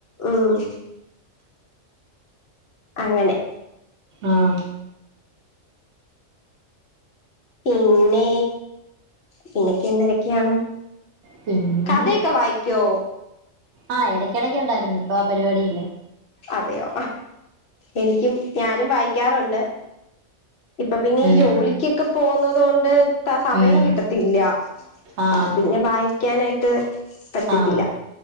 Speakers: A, on the left; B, on the right.
A: ഉം അങ്ങനെ
B: ആഹ്
A: പിന്നെ പിന്നെക്കെ എന്തരക്കെയാണ്,
B: പിന്നെ
A: കഥയൊക്കെ വായിക്കോ
B: ആഹ് ഇടയ്ക്കിടക്ക് ഉണ്ടായിരുന്നു ഇപ്പൊ ആ പരിപാടിയില്ല
A: അതെയോ, എനിക്കും ഞാനും വായിക്കാറുണ്ട് ഇപ്പൊ പിന്നെ ഈ
B: ഉം
A: ജോലി ഒക്കെ പോകുന്നത കൊണ്ട് ത സമയം
B: ഉം
A: കിട്ട ഇല്ല
B: ആഹ്
A: അപ്പൊ പിന്നെ വായി <unintelligible> പറ്റത്തില്ല
B: ആഹ്